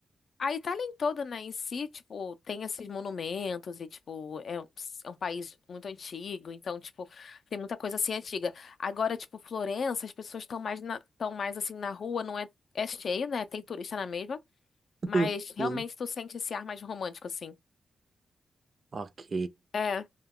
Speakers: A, on the left; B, on the right.
A: a Itália em toda, né, em si, tipo, tem esses monumentos e, tipo, é, um- é um país muito antigo, então, tipo, tem muita coisa assim antiga. Agora, tipo, Florença, as pessoas estão mais, estão mais, assim, na rua, não é, é cheio, né, tem turista na mesma,
B: <laughs>
A: Mas realmente
B: Sim.
A: tu sente esse ar mais romântico, assim.
B: Ok.
A: É.